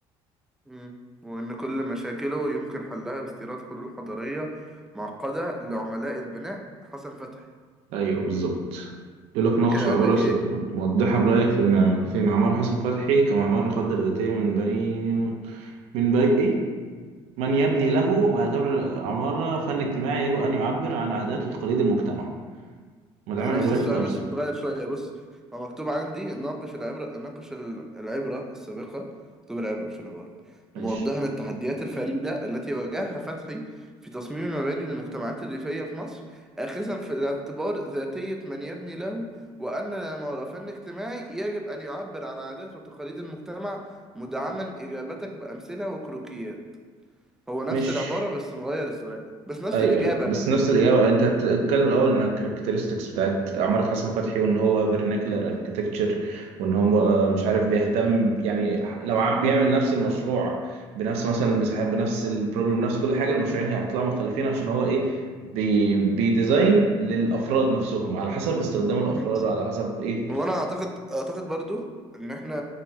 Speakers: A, in the centre; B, on the right.
A: مم. وان كل مشاكله يمكن حلها باستيراد حلول حضاريه معقده لعملاء البناء حسن فتحي
B: أيوه بالظبط يقول لك
A: وبعد
B: ناقش
A: كده
B: العبارة
A: قال لك
B: السؤال
A: ايه
B: موضحا رأيك في المعم... في معمار حسن فتحي كمعمار يقدر ذاتيا من بين من بين إيه؟ من يبني له ويعتبر العمارة فن اجتماعي يجب أن يعبر عن عادات وتقاليد المجتمع مدعمة
A: انا نفس
B: إجاباتك
A: السؤال
B: بأمثلة
A: بس متغير شويه بص هو مكتوب عندي ناقش العبره ناقش ال- العبره السابقه مكتوب العبره مش العباره
B: ماشي
A: موضحا التحديات الفريده التي واجهها فتحي في تصميم المباني للمجتمعات الريفيه في مصر اخذا في الاعتبار ذاتيه من يبني له وان العماره فن اجتماعي يجب ان يعبر عن عادات وتقاليد المجتمع مدعما اجابتك بامثله وكروكيات هو نفس
B: مش
A: العباره بس مغير السؤال بس نفس
B: ايوه
A: الاجابه
B: ايوه بس
A: غالبا
B: نفس الاجابه انت هتتكلم الاول عن الكاركترستكس بتاعت عماره حسن فتحي وان هو فيرناكلر اركتكتشر وان هو آه، مش عارف بيهتم يعني لو عم- بيعمل نفس المشروع بنفس مثلا المساحات بنفس البروجرام بنفس كل حاجه المشروعين هيطلعوا مختلفين عشان هو ايه بي بيديزاين للافراد نفسهم على حسب استخدام الافراد
A: يعني
B: على
A: <laughs>
B: حسب ايه
A: وانا اعتقد اعتقد برضو ان احنا